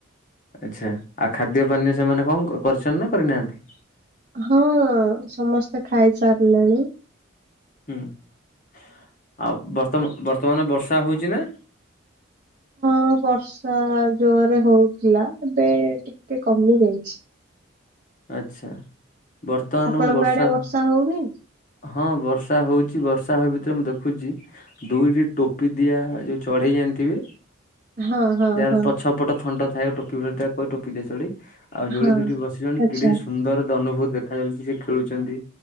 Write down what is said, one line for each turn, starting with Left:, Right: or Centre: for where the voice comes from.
Left: ଆଚ୍ଛା ଆଉ ଖାଦ୍ୟ ପାନୀୟ ସେମାନେ କଣ କରିଛନ୍ ନା କରିନାହାନ୍ତି?
Right: ହଁ ସମସ୍ତେ ଖାଇ ସାରିଲେଣି।
Left: ହୁଁ ଆଉ ବର୍ତ ବର୍ତ୍ତମାନ ବର୍ଷା ହଉଚି ନା?
Right: ହଁ ବର୍ଷା ଜୋରରେ ହଉଥିଲା ଏବେ ଟିକେ କମି ଯାଇଛି।
Left: ଆଛା ବର୍ତ୍ତମାନ
Right: ଆପଣଙ୍କ
Left: ମୁ ବର୍ଷା
Right: ଆଡେ ହଉନି
Left: ହଁ ବର୍ଷା ହଉଛି ବର୍ଷା ହ ଭିତରେ ମୁଁ ଦେଖୁଛି ଦୁଇଟି ଟୋପି ଦିଆ ଯୋଉ ଚଢେଇ ଜାଣିଥିବେ
Right: ହଁ ହଁ
Left: ଯାହାର
Right: ହଁ
Left: ପଛ ପଟ ଥଣ୍ଟ ଥି ଟୋପି ଭ ଟୋପି ଦିଆ ଚଢ଼େଇ ଆଉ ଯୋଳି
Right: ହଁ।
Left: ଦୋ ବସିଲେଣି
Right: ଆଚ୍ଛା
Left: କିଡେ ସୁନ୍ଦର ଅନୁଭୂତ ଦେଖାଯାଉଛି ସେ ଖେଳୁଛନ୍ତି